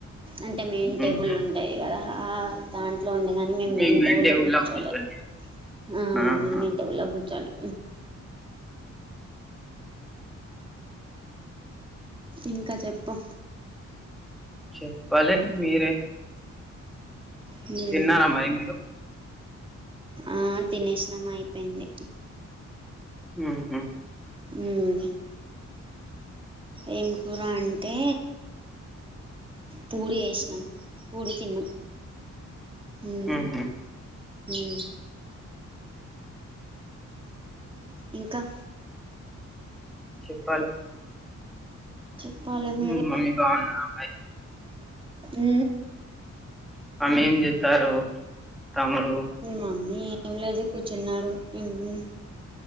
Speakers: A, on the right; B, in the centre.
A: అంటే మెయిన్
B: మ్మ్.
A: టేబులుంటాయ్ గదా ఆ దాంట్లో ఉండేగాని మేం
B: మీ
A: మెయిన్ టేబులో
B: టేబుల్
A: కూర్చోలే
B: కూర్చొని
A: ఆ
B: ఆహా
A: మేం టేబుల్లో కుర్చోలే. ఇంకా చెప్పు
B: చెప్పాలే మీరే.
A: హ్
B: తిన్నారా మరి మీరు
A: ఆ తినేసినం అయిపోయింది.
B: ఆహా
A: హ్ ఏం కూర అంటే పూరి చేస్నం, పూరి తిన్నం. హ్
B: ఉహు
A: హ్ ఇంకా
B: చెప్పలే
A: చెప్పాలి మీరే
B: మీ మమ్మీ బావుందా మ
A: ఉ
B: అన్నేం జేత్తార్రు తమ్ముడూ
A: మమ్మీ ఏం లేదు కూర్చున్నాడు ఎందీ